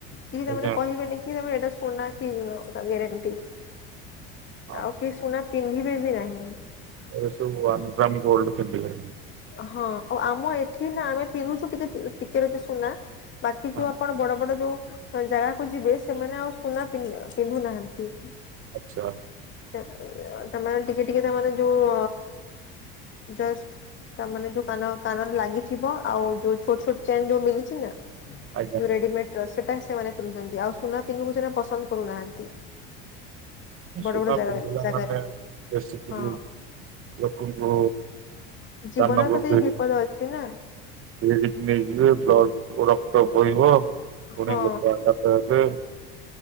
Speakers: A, on the left (about 40°); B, on the right (about 45°).
A: କି
B: ଆଜ୍ଞା
A: ତାମାନେ କହିବେନି କି ତମେ ଏଇଟା ଶୁନା କି ଗିଳ ତା ଗ୍ୟାରେଣ୍ଟି।
B: ହଁ
A: ଆଉ କେଇ ଶୁନା ପିନ୍ଧିବେ ବି ନାହିଁ।
B: ଏ ସବୁ ଉଆନ୍‌ ଗ୍ରାମ ଗୋଲ୍ଡ ପିନ୍ଧିଲେଣି।
A: ହଁ ତ ଆମ ଏଠି ନା ଆମେ ପିନ୍ଧୁଛୁ ଟିକେ ଟିକେ ବେଶୀ ସୁନା। ବାକି
B: ହଁ
A: ଯୋଉ ଆପଣ ବଡ ବଡ ଯୋଉ ଜାଗାକୁ ଯିବେ ସେମାନେ ଆଉ ସୁନା ପି ପିନ୍ଧୁନାହାନ୍ତି।
B: ଆଚ୍ଛା।
A: ତମେ ମାନେ ଟିକେ ଟିକେ ତା ମାନେ ଯୋଉ ଜଷ୍ଟ ତାମାନେ ଯୋଉ କାନ କାନରେ ଲାଗିଥିବ ଆଉ ଯୋଉ ଛୋଟ ଛୋଟ ଚେନ୍ ଯୋଉ ମିଳୁଛି ନା।
B: ଆଜ୍ଞା
A: ଯୋଉ ରେଡିମେଡି ର ସେଟା ସେମାନେ ପିନ୍ଧୁଛନ୍ତି ଆଉ ସୁନା ପିନ୍ଧୁ ବୁ ସେରା ପସନ୍ଦ କରୁନାହାନ୍ତି। ବଡ
B: ସୁନା
A: ବଡ ଜାଗାରେ
B: ପିନ୍ଧିଲା
A: ଜାଗାରେ
B: ମାନେ ବେସିକିରି
A: ହଁ
B: ଲୋକଙ୍କୁ
A: ଜୀବନ
B: କାନକୁ
A: ପ୍ରତି
B: <unintelligible>
A: ବିପଦ ଅଛି ନା
B: ଭିଡିକି ନେଇଯିବେ ବ୍ଲଡ ଖୋ ରକ୍ତ ବୋହିବ ଫୁଣି
A: ହଁ।
B: ଲୋକ ଆ <unintelligible> ତା ପଏ।